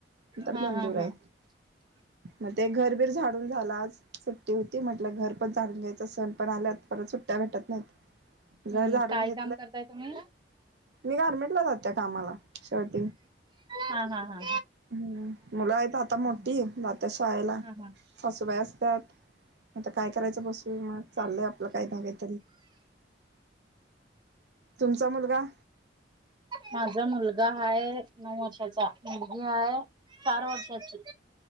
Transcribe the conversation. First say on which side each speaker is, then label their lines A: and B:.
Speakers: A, on the right; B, on the right.
A: नंतर
B: हा
A: बेंदूर
B: हा
A: आहे.
B: <inaudible>
A: म ते घर बीर झाडून झाल आज. सुट्टी होती म्हटलं घर पण झाडून घ्यायचं, सण पण आलत परत सुट्टया भेटत नाहीत.
B: हम्म
A: घर झाडून
B: काय
A: घे
B: काम करताय तुम्ही?
A: मी गारर्मेंट ला जातेय कामाला शर्टिंग.
B: हा हा हा.
A: हम्म मुलं आहेत आता मोठी
B: हा
A: जात्या शाळेला,
B: हा हा
A: सासूबाई असत्यात आता काय करायचं बसून मग, चाललयं आपलं काही ना काहीतरी. तुमचा मुलगा?
B: माझा मुलगा हाय नऊ वर्षाचा मुलगी हाय चार वर्षांची.